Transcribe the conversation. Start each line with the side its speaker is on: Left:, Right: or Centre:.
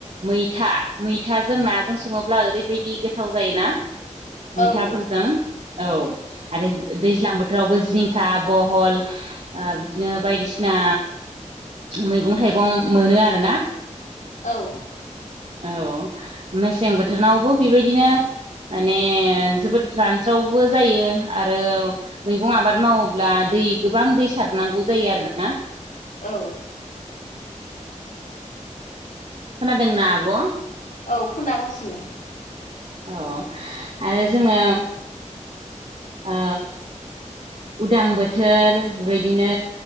Right: मैथा मैथाजों नाजों सङोब्ला ओरैबायदि गोथाव जायोना
Left: औ
Right: मैथाफोरजों औ आरो दैज्लां बोथोरावबो जिंखा बहल बिदिनो बायदिसिना मैगं थाइगं मोनो आरोना
Left: औ
Right: <inaudible> औ मेसें बोथोरनावबो बेबायदिनो माने जोबोद रान हास्रावबो जायो आरो मैगं आबाद मावोब्ला दै गोबां दै सारनांगौ जायो आरोना।
Left: औ
Right: खोनादोंना आब'?
Left: औ खोनागासिनो।
Right: औ आरो जोङो ओ उदां बोथोर बेबायदिनो